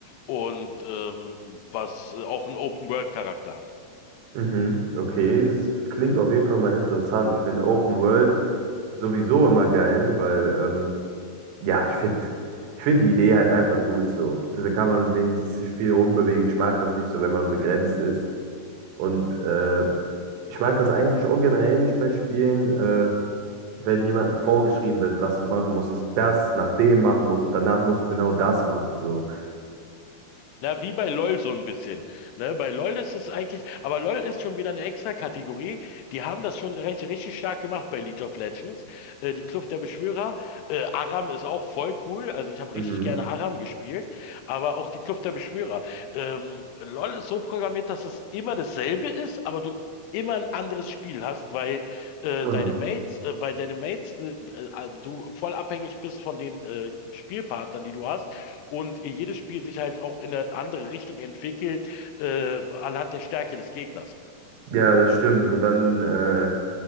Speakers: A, on the left; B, on the right.
A: und ähm, was äh, auch einen Open-World-Charakter hat.
B: Mhm, okay, es klingt auf jeden Fall mal interessant. Ich finde Open World sowieso immer geil, weil ähm, Ja, ich finde ich find die Idee halt einfach gut so. So, Da kann man wenigstens sich viel rumbewegen. Ich mag das nicht so, wenn man begrenzt ist. Und äh, ich mag das eigentlich auch generell nicht bei Spielen, äh, wenn jemandem vorgeschrieben wird, was du machen musst, dass du das nach dem machen musst und danach musst du genau das machen so.
A: Na, wie bei LOL so ein bisschen. Ne, bei LOL ist es eigentlich, aber LOL ist schon wieder eine extra Kategorie. Die haben das schon recht, richtig stark gemacht bei League of Legends. Äh, die Kluft der Beschwörer. Äh, Aram ist auch voll cool. Also ich habe richtig
B: Mhm.
A: gerne Aram gespielt, aber auch die Kluft der Beschwörer. Ähm, LOL ist so programmiert, dass es immer dasselbe ist, aber du immer ein anderes Spiel hast, weil äh,
B: Mhm.
A: deine Mates, äh, weil deine Mates, äh, äh, du voll abhängig bist von den äh, Spielpartnern, die du hast und jedes Spiel sich halt auch in eine andere Richtung entwickelt, äh, anhand der Stärke des Gegners.
B: Ja, das stimmt. Und dann äh,